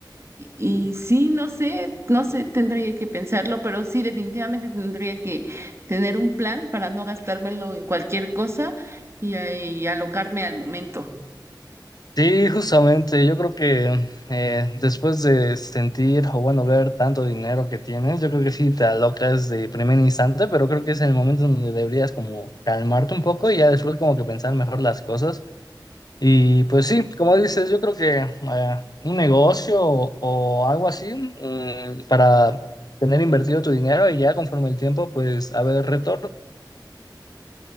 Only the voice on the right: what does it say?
Y, sí, no sé, no sé, tendría que pensarlo, pero sí, definitivamente tendría que tener un plan para no gastármelo en cualquier cosa y, y alocarme al momento.